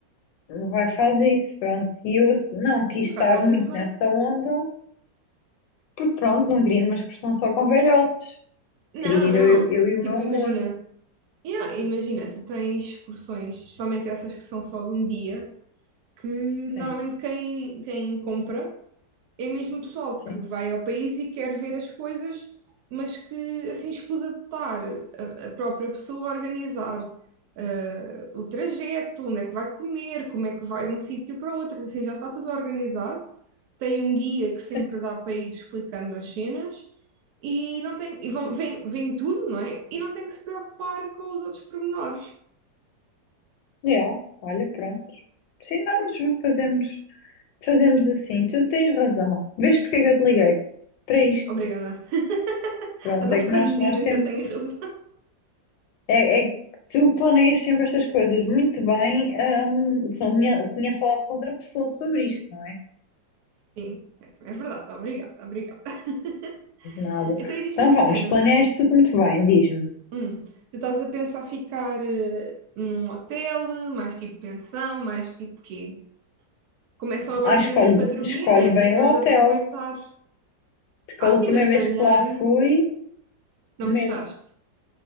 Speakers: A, on the left; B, on the right.
A: O Vai fazer isso, pronto. E eu se- não quis
B: E
A: estar
B: fazê-lo
A: muito
B: muito bem.
A: nessa onda, porque pronto, não queria ir numa excursão só com velhote.
B: Não,
A: Queria ir
B: não.
A: eu, eu e o
B: Tipo,
A: meu amor.
B: imagina. Yeah, imagina, tu tens excursões, somente essas que são só de um dia, que normalmente
A: Sim,
B: quem, quem compra é mesmo pessoal
A: sim,
B: que vai ao país e quer ver as coisas, mas que assim escusa de estar a, a própria pessoa a organizar eh, o trajeto, onde é que vai comer, como é que vai de um sítio para outro, assim já está tudo organizado. Tem um guia que sempre
A: sim.
B: dá para ir explicando as cenas e não tem e vão, vem, vem tudo, não é? E não tem que se preocupar com os outros pormenores.
A: Yeah. Olha, pronto. Sim, não, mas fazemos, fazemos assim. Tu tens razão. Vês porque é que eu te liguei? Para isto.
B: Obrigada. <laughs>
A: Pronto,
B: Adoro
A: é que
B: quando
A: nós,
B: me dizem
A: nós temos.
B: que eu tenho razão.
A: É, é que tu planeias sempre estas coisas muito bem. hum, senão tinha, tinha falado com outra pessoa sobre isto, não é?
B: Sim, é é verdade. Obrigada, obrigada. <laughs>
A: Nada.
B: Então, e diz-me
A: Então
B: uma
A: vamos,
B: cena.
A: planeia isto tudo muito bem, diz-me.
B: Hum, tu estás a pensar ficar eh, num hotel, mais tipo pensão, mais tipo quê? Como é só basicamente
A: Ah, escolhe,
B: para dormir,
A: escolhe
B: né?
A: bem
B: Tu queres
A: o hotel,
B: aproveitar.
A: porque
B: Ah,
A: a
B: sim,
A: última
B: mas se
A: vez
B: calhar
A: que lá fui,
B: não
A: medo.
B: gostaste.